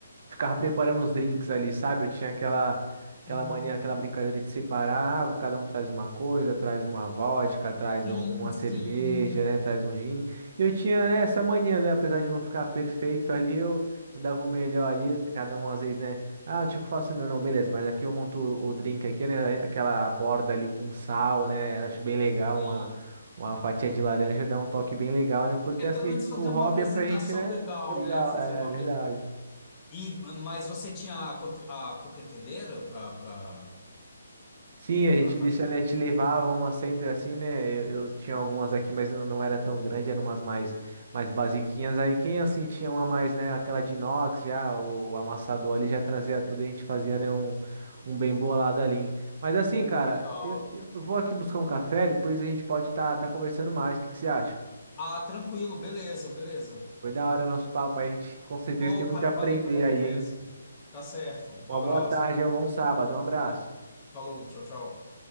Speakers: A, on the right; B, on the left.
A: ficava preparando os drinks ali, sabe? Eu tinha aquela aquela
B: sim,
A: mania, aquela brincadeira de separar, ah, cada um traz uma coisa, traz uma vodka, traz
B: sim.
A: um- uma cerveja, né, traz um gin. E eu tinha, né, essa mania, né, apesar de não ficar perfeito ali, eu, eu dava o melhor ali, cada um às vezes, né, ah, deixa que eu faço o meu, não, beleza, mas aqui eu monto o drink aqui, né, aquela borda ali com sal, né, acho bem legal
B: sim.
A: uma Uma fatia de laranja dá um toque bem legal, né? Porque
B: É
A: assim,
B: pelo menos fazer
A: o hobby
B: uma apresentação
A: é pra gente, né?
B: legal,
A: É legal,
B: né? Fazer
A: é
B: uma
A: verdade.
B: apre- e mas você tinha a, co- a coqueteleira para para
A: Sim, a gente
B: para fazer.
A: deixa, a gente levava uma sempre assim, né? Eu, eu tinha algumas aqui, mas não, não era tão grande, eram umas mais, mais basiquinhas. Aí quem assim tinha uma mais, né? Aquela de inox já, o, o amassador ali já trazia tudo e a gente fazia, né? Um, um bem bolado ali. Mas assim,
B: Pô,
A: cara,
B: muito legal.
A: eu, eu vou aqui buscar um café, depois a gente pode estar tá, tá conversando mais. O que que você acha?
B: Ah, tranquilo, beleza, beleza.
A: Foi da hora o nosso papo aí, a gente com certeza
B: Pô,
A: tem muito
B: cara,
A: a aprender
B: valeu pela
A: aí,
B: conversa.
A: hein?
B: Tá certo. Um
A: Uma
B: abraço.
A: boa tarde, é um bom sábado, um abraço.
B: Falou, tchau, tchau.